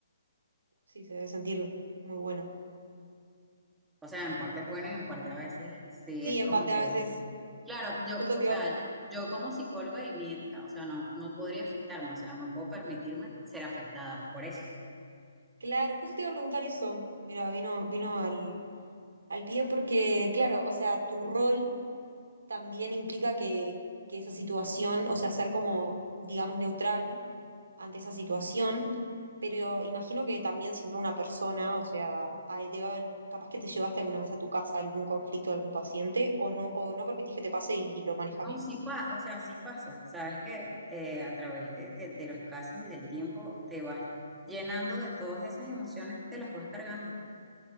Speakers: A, on the right; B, in the centre.
A: Sí, se debe sentir muy bueno.
B: O sea, en parte es bueno y en parte a veces sí
A: Sí,
B: es
A: empate
B: como que
A: a veces.
B: Claro, yo,
A: Justo
B: o
A: te
B: sea,
A: iba,
B: yo como psicóloga y mi ética, o sea, no, no podría afectarme, o sea, no puedo permitirme ser afectada por eso.
A: claro, justo te iba a preguntar eso. Mira, vino, vino al, al pie porque, claro, o sea, tu rol también implica que, que esa situación, o sea, ser como, digamos, neutral ante esa situación, pero imagino que también siendo una persona, o sea, a él debe haber- capaz que te llevaste alguna vez a tu casa algún conflicto de algún paciente o no, o no permitís que te pase y lo manejas
B: No,
A: bien.
B: sí pasa, o sea, sí pasa. Sabes que eh, a través de, de- de los casos y del tiempo te vas llenando de todas esas emociones, te las vas cargando.